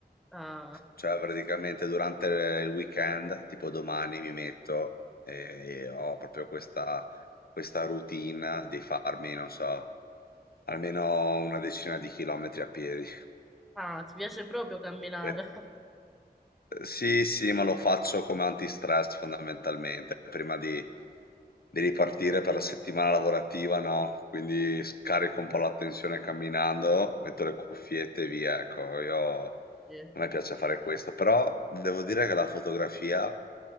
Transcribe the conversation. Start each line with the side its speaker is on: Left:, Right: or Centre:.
Centre: Ah,
Left: Cioè praticamente durante il weekend, tipo domani mi metto e ho proprio questa questa routine di farmi, non so, almeno una decina di chilometri a piedi.
Centre: ah, ti piace proprio camminare?
Left: <laughs>
Centre: <laughs>
Left: Uhm, sì, sì, ma lo faccio come antistress fondamentalmente, prima di di ripartire per la settimana lavorativa, no, quindi scarico un po' la tensione camminando, metto le cuffiette e via, ecco. Io
Centre: Sì,
Left: a me piace fare questo, però devo dire che la fotografia